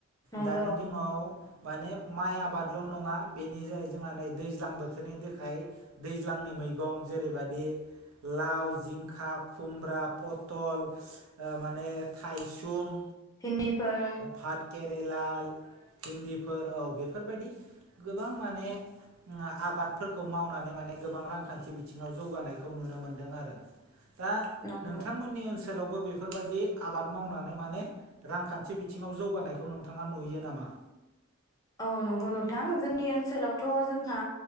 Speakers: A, on the left; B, on the right.
A: नंगौ
B: दानि दिनाव माने माइ आबादल' नङा बेनि जायै जोंहा नै दैज्लां बोथोरनि दाय दैज्लांनि मैगं जेरै लाव जिंखा खुमब्रा पथल माने थाइसुम
A: भिन्दिफोर
B: पाट केरेला इिन्दिफोर औ बेफोर बायदि गोबां माने आबादफोरखौ मावनानै माने गोबां रांखान्थि बिथिङाव जौगानायखौ नुनो मोन्दों आरो। दा
A: नंगौ
B: नोंथांमोननि ओनसोलावबो बेफोर बायदि आबाद मावनानै माने रांखान्थि बिथिङाव जौगानायखौ नोंथाङा नुयो नामा?
A: औ नंगौ नोंथां जोंनि ओनसोलावथ' जोंहा